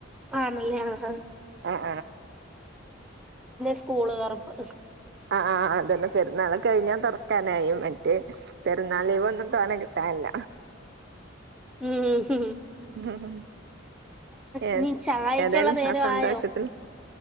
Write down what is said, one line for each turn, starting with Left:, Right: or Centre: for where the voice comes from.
Centre: ആണല്ലേ ആഹ
Right: ആ
Centre: സ്കൂള് തുറപ്പ്.
Right: ആ അതന്നെ പെരുന്നാള് കഴിഞ്ഞാൽ തുറക്ക <unintelligible> മറ്റ് പെരുന്നാൾ ലീവ് ഒന്നും തോൻ എടുത്താനല്ല.
Centre: ഉം ഉ
Right: മ് മ് ഏ
Centre: ഇനി ചായക്കുള്ള
Right: ഏതായാലും
Centre: നേരം
Right: ആ സന്തോഷത്തിന്
Centre: ആയോ?